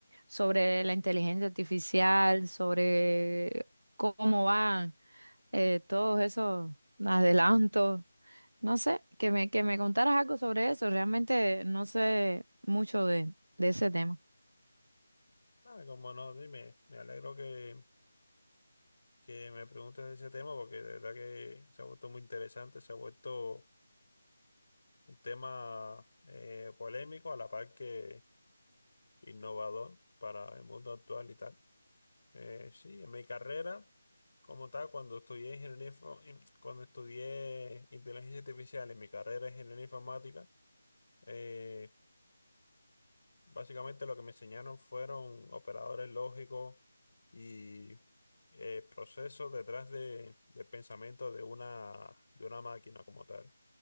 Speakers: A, on the right; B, on the left.
A: sobre la inteligencia artificial, sobre cómo van eh, todos esos adelantos. No sé, que me, que me contaras algo sobre eso. Realmente no sé mucho de, de ese tema.
B: Ah, como no, dime, me alegro que, que me preguntes de ese tema porque de verdad que se ha vuelto muy interesante, se ha vuelto un tema eh, polémico a la par que innovador para el mundo actual y tal. Eh, sí, en mi carrera, como tal, cuando estudié ingeniería, info- in- cuando estudié inteligencia artificial en mi carrera de ingeniería informática, eh, básicamente lo que me enseñaron fueron operadores lógicos y eh, procesos detrás de, del pensamiento de una, de una máquina como tal.